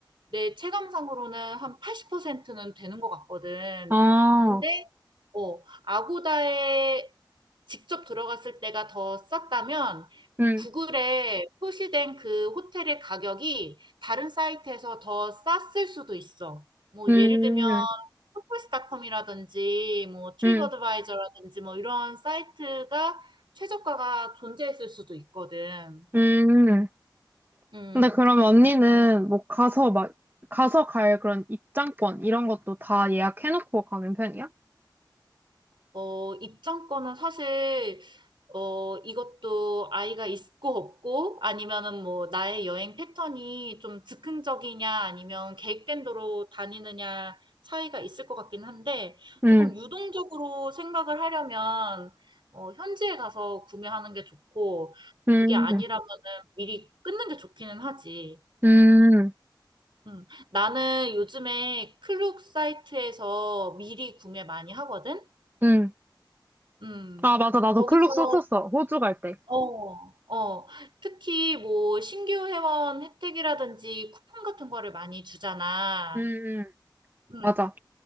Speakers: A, on the right (about 80°); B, on the right (about 25°).
A: 내 체감상으로는 한 80%는 되는 것 같거든.
B: 아,
A: 근데 어, 아고다에 직접 들어갔을 때가 더 쌌다면
B: 음,
A: 구글에 표시된 그 호텔의 가격이 다른 사이트에서 더 쌌을 수도 있어. 뭐
B: 음,
A: 예를 들면 호텔스닷컴이라든지 뭐 트립어드바이저라든지
B: 음,
A: 뭐 이런 사이트가 최저가가 존재했을 수도 있거든.
B: 음.
A: 음.
B: 근데 그럼 언니는
A: 그-
B: 뭐 가서 막, 가서 갈 그런 입장권 이런 것도 다 예약해놓고 가는 편이야?
A: 어, 입장권은 사실 어, 이것도 아이가 있고 없고 아니면은 뭐 나의 여행 패턴이 좀 즉흥적이냐 아니면 계획된 대로 다니느냐 차이가 있을 것 같긴 한데
B: 음,
A: 조금 유동적으로 생각을 하려면 어, 현지에 가서 구매하는 게 좋고
B: 음,
A: 그게 아니라면은 미리 끊는 게 좋기는 하지.
B: 음,
A: 음, 나는 요즘에 클룩 사이트에서 미리 구매 많이 하거든.
B: 음.
A: 음,
B: 아, 맞아. 나도
A: 거기서
B: 클룩 썼었어. 호주 갈 때.
A: 어, 어. 특히 뭐 신규 회원 혜택이라든지 쿠폰 같은 거를 많이 주잖아.
B: 음, 음,
A: 음.
B: 맞아.